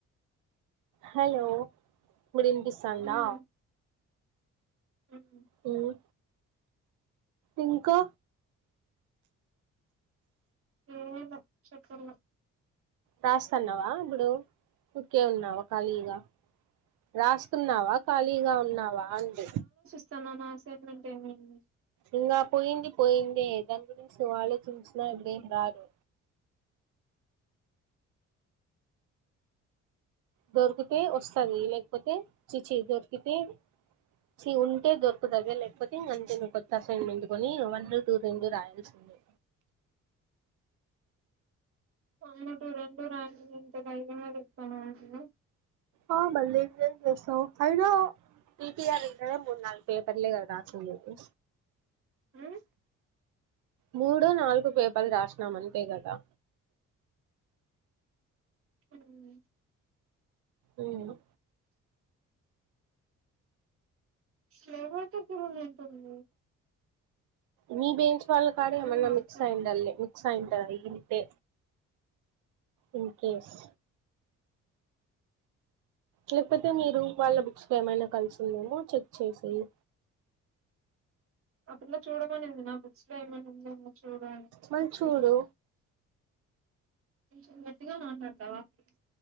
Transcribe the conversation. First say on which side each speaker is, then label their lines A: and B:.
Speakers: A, on the right (about 80°); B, on the right (about 45°).
A: హలో ఇప్పుడు వినీపొస్తదా
B: ఉమ్ ఉమ్
A: మ్ ఇంకా
B: ఎమో చెప్పుంగా
A: రాస్తున్నావా ఇప్పుడు క్కే ఉన్నావా ఖాళీగా రాస్తున్నావా ఖాళీగా ఉన్నావా ఆందె
B: రాస్తున్నానా అసెన్మెంట్ ఎమైంది మరి
A: ఇంగా పోయింది పోయిందేదాని గురించి అలోచించిన ఇప్పుడే రాదు దొరికితే వస్తంది లేకపోతే చీచీ దొరికితే చి ఉంటే దొరకుతాది లేకపోతే అంతే కొత్త అసన్మెంట్కని వన్ టూ రెండు రాయాల్సి మె
B: వన్ టూ రెండు రాయమని ఎంత ధెర్యం గా చెప్పానావ్ ఎంటిదే
A: ఆ మళ్ళీ ఇప్పుడు ఎం చేస్తావు అయినా పిపిఆర్ంటే మూడు నాలుగు పేపర్లే గదా రాసింది
B: మ్
A: మూడో నాలుగు పేపర్లు రాసినామంతే గదా
B: ఉమ్
A: ఎమో
B: హేమ దగ్గర ఉంది ఏంటుంది
A: మీ బెయిచ్ వాళ్ళు కాడ ఏమన్నా
B: కావట్లే
A: మిక్స్ అయిండల్ మిక్స్ అయింటాది అంతే ఇన్కేస్ లేకపోతే మీరు వాళ్ళ బుక్స్ లో ఏమైనా కలిసి ఉందేమో చెక్ చేసేయి
B: అపిల్లా చూడమని ఉంది నా బుక్స్ లో ఏమనా ఉందేమో చూడని
A: మళ్ళీ
B: చూడాల
A: చూడు
B: కొంచెం గట్టిగా మాట్లాడుతావా ప్ల్జ్